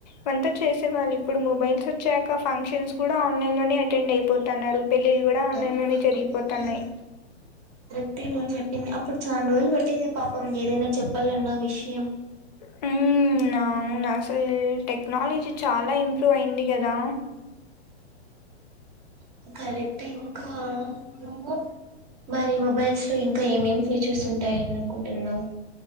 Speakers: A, on the left; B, on the right.
A: వంతా చేసే వాళ్ళు ఇప్పుడు మొబైల్స్ వచ్చాక ఫంక్షన్స్ కూడా ఆన్లైన్ లోనే అటెండ్ అయిపోతా న్నారు పెళ్లిళ్లు కూడ్ డా ఆన్లైన్
B: ఆ!
A: లోనే జరిగిపోతాన్నాయి
B: హ్మ్. కరెక్టే నువ్వు చెప్పింది అప్పుడు చాన్ రోజులు పెట్టేది పాపం మీ ఏదైనా చెప్పాలన్న విషయం
A: హు నా అవునసల్ టెక్నాలజీ చాలా ఇంప్రూవ్ అయింది కదా
B: హు కరెక్ట్ ఇంకా నువ్వు మరి మొబైల్స్ లో ఇంకా ఏమేం ఫీచర్స్ ఉంటాయి అనుకుంటున్నావ్